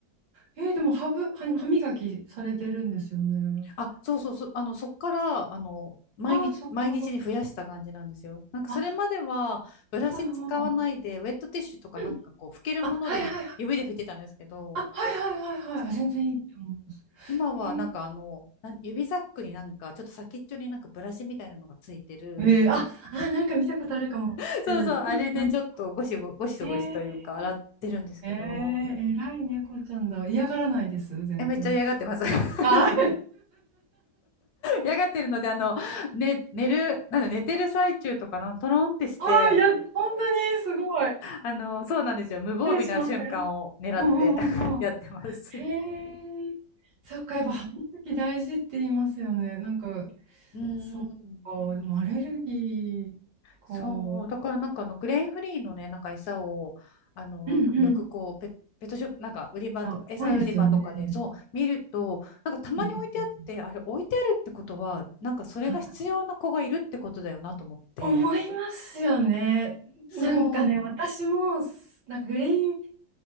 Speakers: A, on the right; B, on the left.
A: えーでも歯ぶ、歯、歯磨きされてるんですよね。
B: あ、そうそうそう、あの、そっから、あの、毎日、
A: ああ、そっか。
B: 毎日に増やした感じなんですよ。なんか、
A: あ、
B: それまでは、ブラシ使わないで、
A: はいはい。
B: ウェットティッシュとかなんかこう、
A: うん。
B: 拭けるものでゆ指で拭いてたんですけど、
A: あ、はいはいはい。あ、はいはいはいはい。
B: そう。
A: あ、全然いいと思います。
B: 今は、
A: へえ。
B: なんかあの、なん指サックになんか、ちょっと先っちょになんかブラシみたいなのがついてる。
A: えーあ、あ、なんか見たことあるかも。
B: <laughs> そうそう、
A: うんうん
B: あれでちょっとゴシゴ、ゴシゴシというか、
A: え
B: 洗ってるんですけど、
A: ー、えー、偉い猫ちゃんだ。嫌がらないです、全然。
B: え、めっちゃ嫌がってます。<laughs>
A: あ <laughs>
B: 嫌がってるので、あの、ね、寝る、なんだ、寝てる最中とかのトロンってして、
A: あ、いや、本当にすごい。
B: あの、そうなんですよ。無防備な瞬間を狙って
A: 失礼しません。うんう
B: <laughs>
A: んうんうん。
B: やってます。
A: へえ。そっか、やっぱ歯磨き大事って言いますよね。なんか、
B: うーん。
A: そっか、でもアレルギーか。
B: そう。だからなんかあの、グレインフリーのね、なんか餌を、あの、
A: うんうん。
B: よくこう、ペ、ペットショップ、なんか売り場とか、
A: あ、
B: 餌売り場とかで、
A: 多いですよね。<laughs>
B: そう、見ると、なんかたまに置いてあって、
A: うん
B: あれ置いてあるってことは、なんかそれが必要な子がいるってことだよなと思って。
A: あ思いますよね。
B: そう。
A: なんかね、
B: うん
A: 私も、なんかグレイう